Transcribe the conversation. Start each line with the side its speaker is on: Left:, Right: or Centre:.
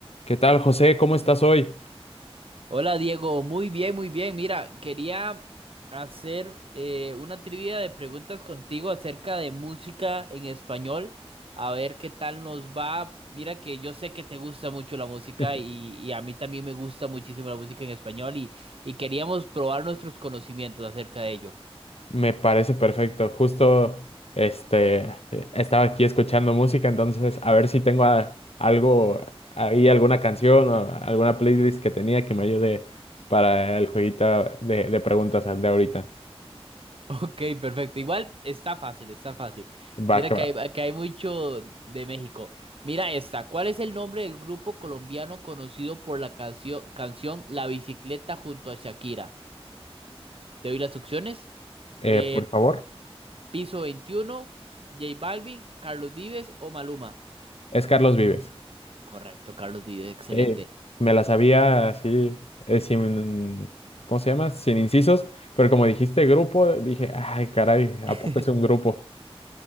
Left: ¿Qué tal, José? ¿Cómo estás hoy?
Right: Hola Diego, muy bien, muy bien. Mira, quería hacer eh, una trivia de preguntas contigo acerca de música en español, a ver qué tal nos va. Mira que yo sé que te gusta mucho la música
Left: <laughs>
Right: y, y a mí también me gusta muchísimo la música en español y, y queríamos probar nuestros conocimientos acerca de ello.
Left: Me parece perfecto. Justo este eh, estaba aquí escuchando música, entonces a ver si tengo a- algo ahí, alguna canción o alguna playlist que tenía que me ayude para el jueguito de, de preguntas de ahorita.
Right: Ok, perfecto. Igual está fácil, está fácil.
Left: Va
Right: Mira
Left: que
Right: que
Left: va.
Right: hay, que hay mucho de México. Mira esta. ¿Cuál es el nombre del grupo colombiano conocido por la cancio- canción La Bicicleta junto a Shakira? Te doy las opciones.
Left: Eh,
Right: Eh,
Left: por favor.
Right: Piso veintiuno, J Balvin, Carlos Vives o Maluma.
Left: Es Carlos Vives.
Right: Correcto, Carlos Vives, excelente.
Left: Eh, me la sabía así, eh, sin, ¿cómo se llama? Sin incisos, pero como dijiste grupo, dije, ay, caray,
Right: <laughs>
Left: ¿a poco es un grupo?